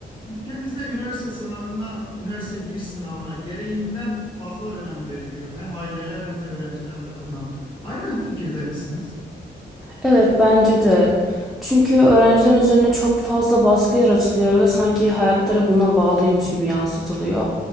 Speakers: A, on the left; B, in the centre.
A: Ülkemizde üniversite sınavına, üniversite giriş sınavına gereğinden fazla önem veriliyor. Hem aileler hem de öğrenciler tarafından. Aynı fikirde misiniz?
B: Evet bence de. Çünkü öğrencilerin üzerine çok fazla baskı yaratılıyor ve sanki hayatları buna bağlıymış gibi yansıtılıyor.